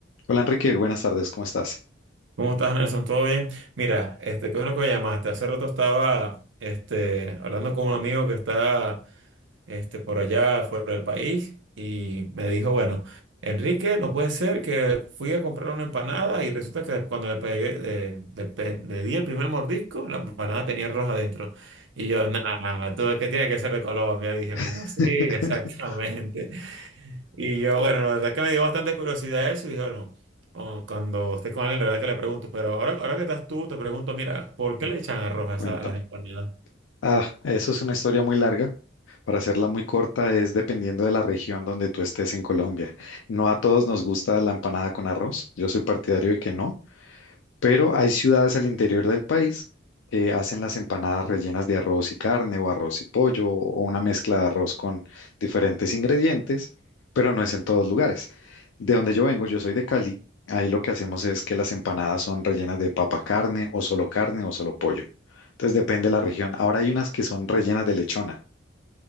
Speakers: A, on the left; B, on the right.
A: Hola Enrique, buenas tardes, ¿cómo estás?
B: ¿Cómo estás, Nelson? ¿Todo bien? Mira, este, qué bueno que me llamaste. Hace rato estaba, este, hablando con un amigo que está este, por allá fuera del país y me dijo, bueno, Enrique, no puede ser que fui a comprar una empanada y resulta que cuando le pegué, eh, le, pe- le di el primer mordisco, la empanada tenía roja adentro. Y yo, nada, todo que tiene que ser de Colombia, dije, me
A: <laughs>
B: dijo, sí, <laughs> exactamente. Y yo, bueno, la verdad que me dio bastante curiosidad eso y dije, bueno, o- cuando esté con alguien, la verdad que le pregunto, pero ahora, ahora que estás tú, te pregunto, mira, ¿por qué le echan arroz
A: Cuéntame.
B: a, esa- a las empanadas?
A: Ah, eso es una historia muy larga. Para hacerla muy corta, es dependiendo de la región donde tú estés en Colombia. No a todos nos gusta la empanada con arroz. Yo soy partidario de que no, Pero hay ciudades al interior del país que hacen las empanadas rellenas de arroz y carne o arroz y pollo o una mezcla de arroz con diferentes ingredientes, pero no es en todos lugares. De donde yo vengo, yo soy de Cali, ahí lo que hacemos es que las empanadas son rellenas de papa carne o solo carne o solo pollo. Entonces depende de la región. Ahora hay unas que son rellenas de lechona,